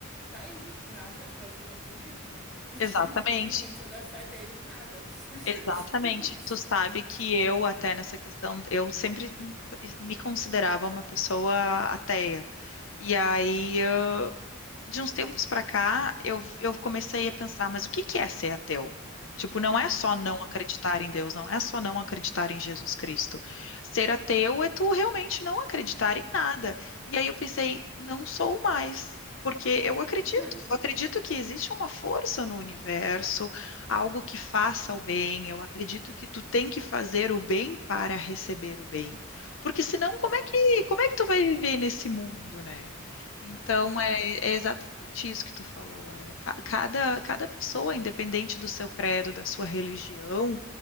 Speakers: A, in the centre; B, on the left.
A: tá aí, nada é o que ele acredita. <laughs>
B: Exatamente.
A: Ele põe toda a fé dele em nada.
B: Exatamente.
A: <laughs>
B: Tu sabe que eu, até nessa questão, eu sempre me me considerava uma pessoa ateia. E aí de uns tempos pra cá, eu, eu comecei a pensar, mas o que que é ser ateu? Tipo, não é só
A: Uhum.
B: não acreditar em Deus, não é só não acreditar em Jesus Cristo. Ser ateu é tu realmente não acreditar em nada. E aí eu pensei, não sou mais, porque eu acredito,
A: <laughs>
B: eu acredito que existe uma força no universo, algo que faça o bem. Eu acredito que tu tem que fazer o bem para receber o bem. Porque senão,
A: Exato,
B: como é que, como é que tu vai viver nesse mundo, né? Então,
A: exato,
B: é exatamente isso que tu falou. É, ca- cada, cada pessoa, independente do seu credo, da sua religião,